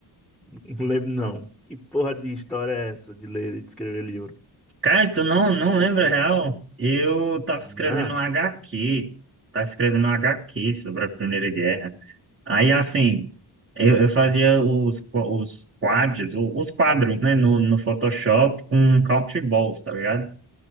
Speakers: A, in the centre; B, on the right.
A: <laughs> não lembro não. Que porra de história é essa de ler e de escrever livro?
B: Cara, tu não, não lembra, real? Eu tava
A: Não,
B: escrevendo um HQ, tava escrevendo um HQ sobre a Primeira Guerra. Aí, assim, eu, eu fazia os, os quadros, os quadros, né, no, no Photoshop com Country Balls, tá ligado?